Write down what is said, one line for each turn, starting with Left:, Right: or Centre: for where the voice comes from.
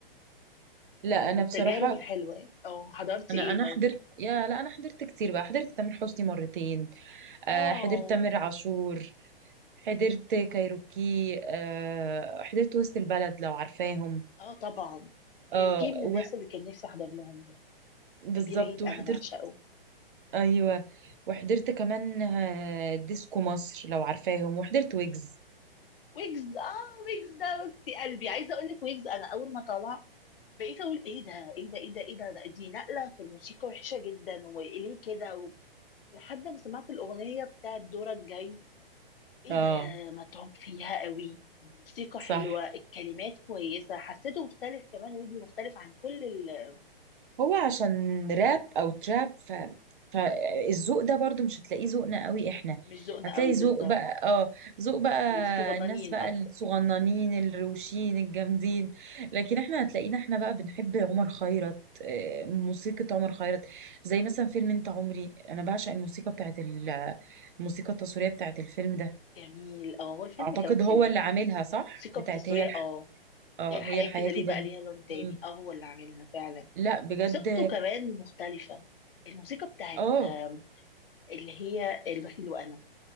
Right: لا
Left: آه، من
Right: انا
Left: التجارب
Right: بصراحة
Left: الحلوه يعني. اه حضرتي
Right: انا
Left: ايه
Right: انا
Left: طيب
Right: حضرت يا لا انا حضرت كتير بقى حضرت تامر حسني مرتين آه
Left: واو
Right: حضرت تامر عاشور حضرت كايروكي آه حضرت وسط البلد لو عارفاهم
Left: اه طبعا كي
Right: اه
Left: من الناس
Right: وح...
Left: اللي كان نفسي احضر لهم
Right: بالظبط
Left: امير عيد
Right: وحضرت
Left: انا بعشقه
Right: ايوه وحضرت كمان آه، ديسكو مصر لو عارفاهم وحضرت ويجز
Left: ويجز اه ويجز ده وسط قلبي عايزه اقول لك ويجز انا اول ما طلع بقيت اقول ايه ده ايه ده ايه ده ايه ده, ده دي نقله في الموسيقى وحشه جدا وليه كده و... لحد ما سمعت الاغنيه بتاعت دورك جاي ايه
Right: اه
Left: ده متعوب فيها قوي الموسيقى
Right: صح
Left: حلوه الكلمات كويسه حسيته مختلف كمان ويجز مختلف عن كل ال...
Right: هو عشان راب او تراب ف... فالذوق ده برضو مش هتلاقيه ذوقنا قوي احنا
Left: مش ذوقنا
Right: هتلاقي
Left: قوي
Right: ذوق
Left: بالظبط
Right: بقى اه ذوق بقى
Left: الصغنانين
Right: الناس بقى
Left: اكتر
Right: الصغننين الروشين الجامدين لكن احنا هتلاقينا احنا بقى بنحب عمر خيرت آه، موسيقى عمر خيرت زي مثلا فيلم انت عمري انا بعشق الموسيقى بتاعت ال- الموسيقى التصويرية بتاعت الفيلم ده
Left: جميل اه هو الفيلم
Right: اعتقد
Left: كمان حلو
Right: هو اللي
Left: يعني.
Right: عاملها صح
Left: الموسيقى
Right: بتاعت
Left: التصويرية
Right: هي الح...
Left: اه
Right: اه
Left: هي الحياة
Right: هي الحياة
Left: كده ليه
Right: كده
Left: بقى
Right: ليه.
Left: ليها لون تاني
Right: مم.
Left: اه هو اللي عاملها فعلا
Right: لا بجد
Left: موسيقته كمان مختلفة الموسيقى بتاعت
Right: اه
Left: آم، اللي هي البخيل وأنا